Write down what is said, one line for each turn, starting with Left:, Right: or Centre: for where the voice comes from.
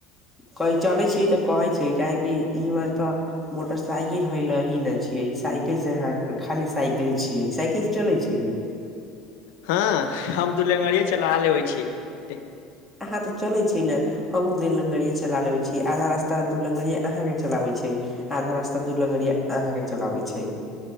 Centre: कहीं चलै छियै तऽ कहै छै काहेकि इमहर तऽ मोटरसाइकिल हय ल ही न छियै साइकिल से अहाँके खाली साइकिल छियै साइकिल से चलै छियै
Left: हाँ हम दुलेङ्गरया चला लेबै छियै देह
Centre: अहाँ तऽ चलै छै ने हमूँ दू लंगरिया चला लेबे छी आधा रास्ता दू लंगरिया अहाँके के चलाबै छै आधा रास्ता दू लंगरिया अहाँके चलाबै छै